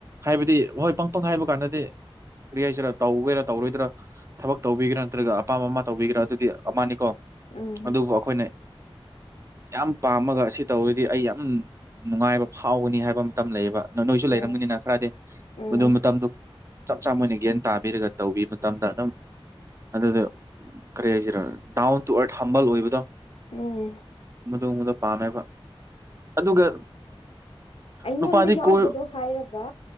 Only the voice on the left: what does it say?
ꯎꯝ
ꯎꯝ
ꯎꯝ
ꯎꯝ
ꯑꯩꯉꯣꯟꯗ
ꯌꯥꯎꯕꯗꯣ
ꯍꯥꯏꯔꯒ